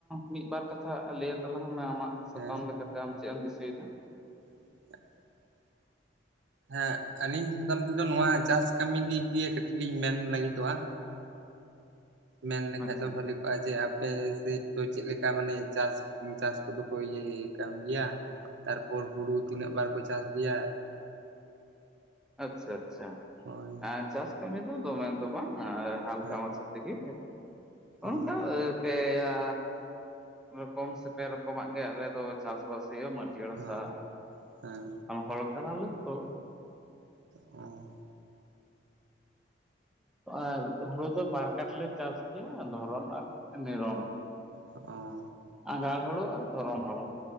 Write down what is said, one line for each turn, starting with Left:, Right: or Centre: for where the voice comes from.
Centre: ᱢᱤᱜ ᱵᱟᱨ ᱠᱟᱛᱷᱟ ᱞᱟᱹᱭᱟ ᱛᱟᱞᱟᱝ ᱢᱮ ᱟᱢᱟᱜ ᱥᱟᱛᱟᱢ
Right: ᱦᱮᱸ
Centre: ᱞᱮᱠᱟᱛᱮ ᱟᱢ ᱪᱮᱜ ᱮᱢ ᱫᱤᱥᱟᱹᱭ ᱫᱟ?
Right: <inaudible> ᱦᱮᱸ ᱟᱞᱤᱧ ᱥᱟᱛᱟᱢ ᱛᱮᱫᱚ ᱱᱚᱣᱟ ᱪᱟᱥ ᱠᱟᱹᱢᱤ ᱫᱤᱠ ᱫᱤᱭᱮ ᱠᱟᱹᱴᱤᱡ ᱞᱤᱧ ᱢᱮᱱ ᱞᱟᱹᱜᱤᱫᱚᱜ-ᱟ᱾ ᱢᱮᱱ ᱞᱮᱠᱷᱟᱡ
Centre: ᱟᱪᱪᱷᱟ
Right: ᱫᱚ ᱵᱷᱟᱹᱞᱤ ᱠᱚᱜ ᱟ ᱡᱮ ᱟᱯᱮ ᱥᱮᱫ ᱫᱚ ᱪᱮᱫ ᱞᱮᱠᱟ ᱢᱟᱱᱮ ᱪᱟᱥ ᱪᱟᱥ ᱠᱚᱫᱚ ᱠᱚ ᱤᱭᱟᱹ ᱠᱟᱱ ᱜᱮᱭᱟ ᱛᱟᱨᱯᱚᱨ ᱦᱩᱲᱩ ᱛᱤᱱᱟᱹᱜ ᱵᱟᱨ ᱠᱚ ᱪᱟᱥ ᱜᱮᱭᱟ᱾
Centre: ᱟᱪᱪᱷᱟ ᱟᱪᱪᱷᱟ
Right: ᱦᱳᱭ
Centre: ᱟᱨ ᱪᱟᱥ ᱠᱟᱹᱢᱤ ᱫᱚ ᱫᱚᱢᱮ ᱫᱚ ᱵᱟᱝ ᱦᱟᱞᱠᱟ
Right: ᱦᱮᱸ
Centre: ᱢᱟᱪᱷᱟ᱾ ᱛᱮᱜᱮ
Right: ᱦᱮᱸ
Centre: ᱦᱚᱱ ᱠᱟ᱾ ᱯᱮᱭᱟ ᱨᱚᱠᱚᱢ ᱥᱮ ᱯᱮ ᱨᱚᱠᱚᱢᱟᱜ ᱜᱮ ᱟᱞᱮ ᱫᱚ ᱪᱟᱥᱵᱟᱥ ᱦᱩᱭᱩᱜᱼᱟ ᱢᱟᱹᱱᱼᱼ ᱡᱤᱭᱟᱹᱲ
Right: ᱦᱮᱸ
Centre: ᱦᱟᱥᱟ
Right: ᱦᱮᱸ
Centre: ᱟᱨ ᱦᱚᱲ ᱠᱟᱱᱟ ᱞᱮ ᱛᱚ
Right: ᱚ
Centre: ᱟᱨ ᱦᱩᱲᱩ ᱫᱚ ᱵᱟᱨ ᱠᱟᱴ ᱞᱮ ᱪᱟᱥ ᱜᱮᱭᱟ ᱫᱷᱚᱨᱚᱱ ᱟᱨᱼᱼ ᱱᱤᱨᱚᱱᱚ
Right: ᱚ
Centre: ᱟᱸᱜᱷᱟᱲ ᱦᱲᱩᱩ ᱟᱨ ᱫᱷᱚᱨᱚᱱ ᱦᱩᱲᱩ